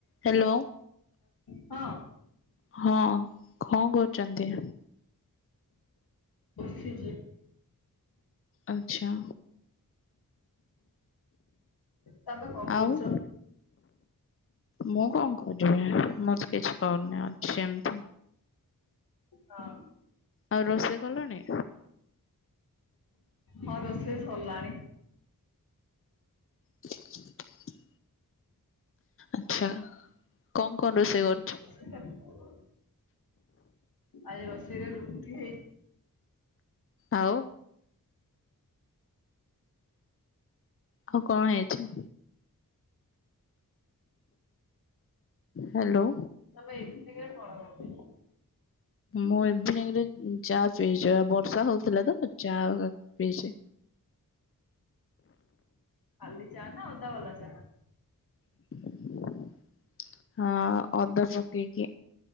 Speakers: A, on the left; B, on the left.
A: Hello
B: <inaudible> ହ
A: ହଁ କଣ କରୁଛନ୍ତି
B: ବସିଚି
A: ଆଚ୍ଛା
B: ତମେ କଣ କରୁଛ?
A: ଆଉ ମୁଁ କଣ କରିବି ମୁଁ ତ କିଛି କରୁନି ଅଛି ଏମତି।
B: ହଁ
A: ଆଉ ରୋଷେଇ କଲଣି
B: ହଁ ରୋଷେଇ ସରିଲାଣି।
A: <inaudible> ଆଛା କଣ କଣ ରୋଷେଇ କରଛ
B: <inaudible> ଆଜି ରୋଷେଇ ରେ ରୁଟି ହେଇ
A: ଆଉ ଆଉ କଣ ହେଇଛି। ହାଲୋ
B: ତମେ ଏଥି ଯ କଣ କର
A: ମୁଁ ଇଭିନିଙ୍ଗିରେ ଚା ପିଇଛି ବର୍ଷା ହଉଥିଲା ତ ଚା ପିଇଛି।
B: ଖାଲି ଚା ନା ଅଦା ବାଲା ଚା
A: <unintelligible> ହଁ ଅଦା ପକେଇକି